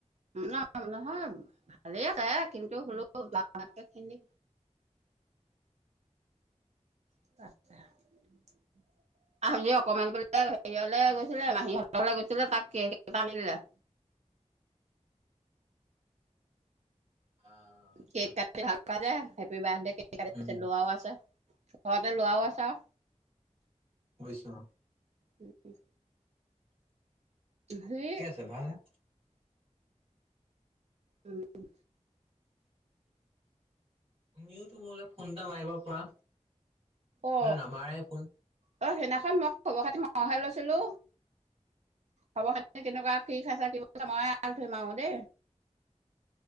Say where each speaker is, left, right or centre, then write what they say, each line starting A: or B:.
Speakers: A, on the right (about 65°); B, on the right (about 50°).
A: ন নহয় ভালেই আছে কিন্তু হ'লওে <unintelligible> <inaudible>
B: <inaudible>
A: আজি অকমান বোলে হেৰিয়লে গৈছিলে মাহীহঁতৰ <unintelligible> গৈছিলে তাক কেক এটা দিলে।
B: আহ আচ্ছা
A: কেক কাটি ভাল পাই যে হেপিবাতডে কেক
B: উম
A: <unintelligible>
B: হুম হুম।
A: ল'ৱাও আছে। ঘৱতে লোৱা ওআছে আউ।
B: বুইছো অ।
A: উম, উম। হেই।
B: <inaudible>
A: উম।
B: তুমিওতো মোৰলে ফোন এটা মাৰিব পাৰা।
A: অ
B: মোলৈ নামাৰাই ফোন।
A: 'অ সেইদিনাখন মই খবৰ খাতি ম খাই লৈছিলো। খবৰ খাতি কেনেকুৱা কি খাইছা <unintelligible> ধয়িম আউ দেই।